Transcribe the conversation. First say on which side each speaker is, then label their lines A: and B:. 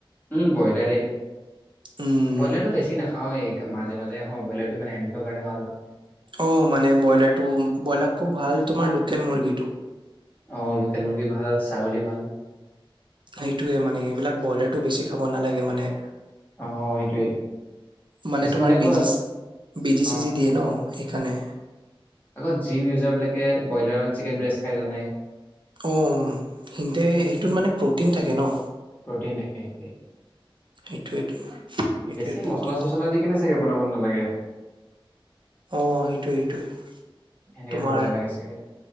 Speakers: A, on the left (about 20°); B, on the right (about 60°).
A: উম ব্ৰইলাৰে,
B: উম
A: ব্ৰইলাৰটো বেছি নাখাওৱে মাজে মাজে হ ব্ৰইলাৰটো মানে, হেল্থৰ কাৰণে ভাল নহয়।
B: অ মানে ব্ৰইলাৰ টো ব্ৰইলাৰকু ভাল তোমাৰ লোকেল মুৰ্গীটো
A: অ লোকেল মুৰ্গী ভাল ছাগলী। ভাল।
B: সেইটোয়ে মানে এইবিলাক ব্ৰইলাৰটো বেছি খাব নালাগে মানে।
A: অ সেইটোৱেই
B: মানে
A: কিছুমানে
B: তোমাৰ
A: আকৌ
B: বেজি বেজি চেজি
A: অ অ
B: দিয়ে ন সেইকাৰণে
A: আকৌ জিম ইউজাৰ বিলাকে চি <unintelligible> কেন ব্ৰেষ্ট তাখিছাল
B: অ সিনতে সেইটোত মানে প্ৰটিন থাকে ন?
A: প্ৰটিন থাকে এইটোৱেই
B: সেইটোৱেটো সেইটোৱে
A: বেছি
B: প্ৰটিন
A: মচলা চচলা
B: থাকে
A: দি কিনে চাগে বনাব নালাগে‌?
B: অ সেইটোৱে সেইটোৱে
A: সেনেকে
B: তোমাৰ
A: খাব নালাগে চাগে।